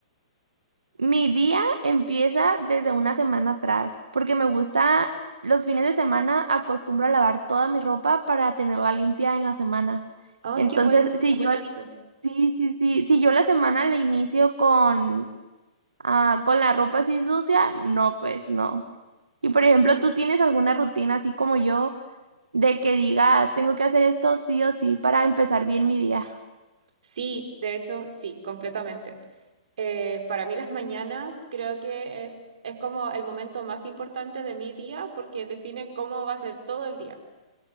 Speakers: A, on the right; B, on the right.
A: Mi día empieza desde una semana atrás, porque me gusta, los fines de semana acostumbro a lavar toda mi ropa para tenerla limpia en la semana.
B: Ay,
A: Entonces,
B: qué buen,
A: si
B: buen
A: yo,
B: hábito.
A: sí, sí, sí, si yo la semana la inicio con, ah, con la ropa así sucia, no, pues no. Y por ejemplo, ¿tú tienes alguna rutina así como yo de que digas, tengo que hacer esto sí o sí para empezar bien mi día?
B: Sí, de hecho, sí, completamente. Eh, para mí las mañanas creo que es, es como el momento más importante de mi día porque define cómo va a ser todo el día.